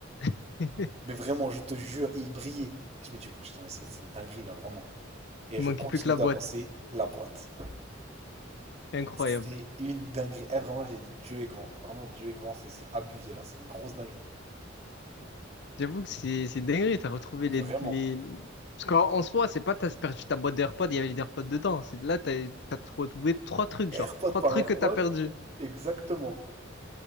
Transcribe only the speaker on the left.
<laughs>
Il
manquait
plus que la
boîte.
Incroyable.
J'avoue que c'est c'est dingue, t'as retrouvé
les, les... Parce qu'en en soi, c'est pas t'as perdu ta boîte d'AirPods, il y avait les AirPods dedans. C'est de là, t'as t'as retrouvé trois trucs,
genre. Trois
trucs
que t'as perdu.